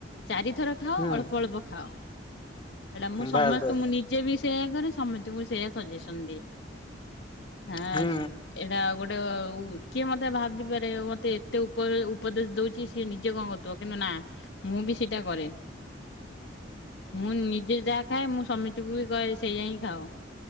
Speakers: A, on the left; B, on the left.
A: ଚାରିଥର ଖାଅ
B: ହୁଁ
A: ଅଳ୍ପ ଅଳ୍ପ ଖାଅ। ସେଇଟା ମୁଁ ସମସ୍ତଙ୍କୁ
B: ବାସ୍ ବାସ୍
A: ମୁଁ ନିଜେ ବି ସେଇୟା କରେ ସମସ୍ତଙ୍କୁ ସେଇୟା ସଜେସନ ଦିଏ। ହଁ
B: ହୁଁ
A: ଏଇଟା ଗୋଟେ କିଏ ମତେ ଭାବିିବାର ମତେ ଏତେ ଉପ ଉପଦେଶ ଦଉଛି ସିଏ ନିଜେ କଣ କରଥିବ କିନ୍ତୁ ନା ମୁଁ ବି ସେଇଟା କରେ। ମୁଁ ନିଜେ ଯାହା ଖାଏ ମୁଁ ସମିତିକୁ ବି କହେ ସେଇଆ ହିଁ ଖାଅ।